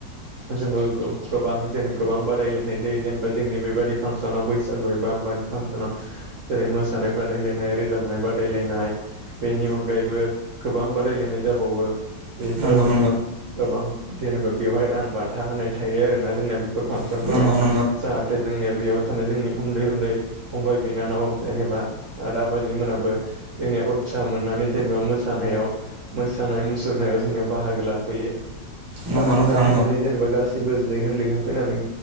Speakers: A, on the right; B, on the right.
A: जोङो गोबां जेन गोबां बादायलायनाय जायो जेनेबा जोंनि बेबाददि फांसनाव बैसागु एबा होमबानि फांसनाव जेरै मोसानाय बादायलायनाय रोजाबनाय बादायलायनाय बेनि अनगायैबो गोबां बादायलायनाय जाबावो बेफोराव
B: नंगौ
A: जोंनिया
B: नंगौ
A: गोबां जेनेबा बेवहाय रां बान्था होनाय थायो आरोना जोंनिया बे फोर फांसनफोराव
B: नंगौ नंगौ
A: जाहाथे जोंनिया बेयाव थानाय जोंनि उन्दै उन्दै फंबाय बिनानाव जेनेबा आदा बाजैमोनाबो जोंनिया सा मोननानै जेनेबा मोसानायाव मोसानाय मुसुरनायाव जोंनियाव बाहागो लाफैयो बाहागो
B: नंगौ नोंथां
A: ला जेनेबा गासिबो लैहोर लैहोर फैनानै